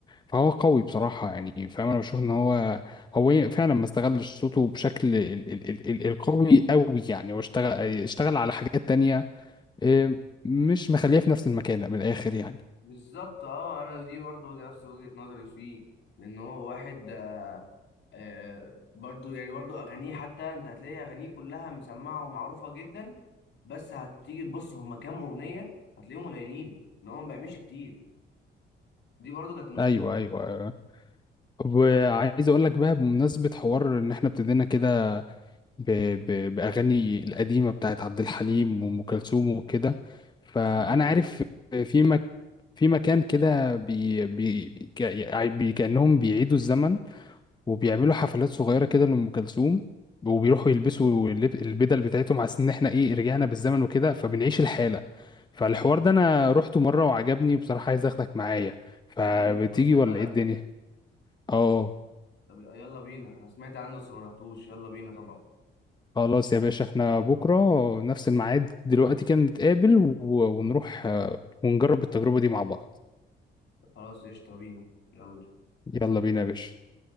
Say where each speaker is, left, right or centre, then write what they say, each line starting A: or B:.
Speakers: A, on the left; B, on the left.
A: فهو قوي بصراحه يعني فاهم انا بشوف ان هو هو فعلا ما استغلش صوته بشكل ال... ال... ال... ال... القوي قوي يعني واشتغل اشتغل على حاجات تانية إيه، مش مخليه في نفس المكانه من الاخر يعني
B: بالظبط اه انا دي برضو نفس وجهه نظري فيه لان هو واحد آه، آه، برضو يعني برضو اغانيه حتى انت هتلاقي اغانيه كلها مسمعه ومعروفه جدا بس هتيجي تبص هما كام اغنيه هتلاقيهم قليلين ان هو ما بيعملش كتير دي برضو كانت مشكله
A: ايوه ايوه أيوة. وعايز اقول لك بقى بمناسبه حوار ان احنا ابتدينا كده ب... ب... باغاني القديمه بتاعت عبد الحليم وام كلثوم وكده فانا
B: وصلنا الود
A: عارف في مك... في مكان كده بي... بي... ك... يعني بي... كانهم بيعيدوا الزمن وبيعملوا حفلات صغيره كده لام كلثوم وبيروحوا يلبسوا اللب- البدل بتاعتهم على ان احنا ايه رجعنا بالزمن وكده فبنعيش الحاله فالحوار ده انا رحته مره وعجبني وبصراحه عايز اخدك معايا فبتيجي
B: ده اللي في وسط البلد
A: ولا ايه الدنيا اه
B: طب يلا بينا انا سمعت عنه بس ما رحتوش يلا بينا طبعا
A: خلاص يا باشا احنا بكرة نفس الميعاد دلوقتي كده نتقابل و- ونروح آه، ونجرب التجربة دي مع بعض
B: خلاص قشطه بينا يلا
A: يلا بينا يا باشا